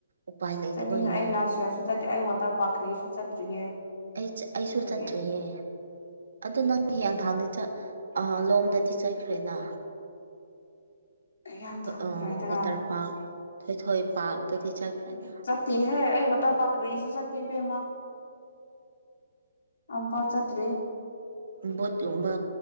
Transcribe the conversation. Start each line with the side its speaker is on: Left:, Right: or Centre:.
Right: ꯎꯄꯥꯏ ꯂꯩꯇꯕꯒꯤꯅꯦ
Left: ꯆꯠꯅꯤꯡꯉ ꯑꯩ ꯂꯥꯁ ꯌꯔꯁꯨ ꯆꯠꯇꯦ ꯑꯩ ꯋꯥꯇꯔ ꯄꯥꯔꯛ ꯀꯔꯤꯁꯨ ꯆꯠꯇ꯭ꯔꯤꯌꯦ
Right: ꯑꯩ ꯑꯩꯁꯨ
Left: ꯑꯗꯨꯒꯤ
Right: ꯆꯠꯇ꯭ꯔꯤꯌꯦ ꯑꯗꯨ ꯅꯪ ꯍꯤꯌꯥꯡꯊꯥꯡꯗꯤ
Left: ꯑꯗꯨꯅꯦ
Right: ꯆꯠ ꯑ ꯂꯣꯝꯗꯗꯤ ꯆꯠꯈ꯭ꯔꯦꯅ
Left: ꯀꯌꯥꯝ ꯊꯥꯡ
Right: ꯑ
Left: ꯀꯔꯥꯏꯗꯔꯥ
Right: ꯋꯥꯇꯔ ꯄꯥꯔꯛ ꯊꯣꯏꯊꯣꯏ ꯄꯥꯔꯛ ꯑꯗꯨꯗꯤ ꯆꯠꯈ꯭ꯔꯦꯅ
Left: ꯆꯠꯇꯦꯍꯦ ꯑꯩ ꯋꯥꯇꯔ ꯄꯥꯛ ꯀ꯭ꯔꯤꯁꯨ ꯆꯠꯇꯦ ꯏꯕꯦꯝꯃ ꯑꯝꯄꯥꯎ ꯆꯠꯇ꯭ꯔꯤ
Right: ꯕꯣꯠꯀꯨꯝꯕ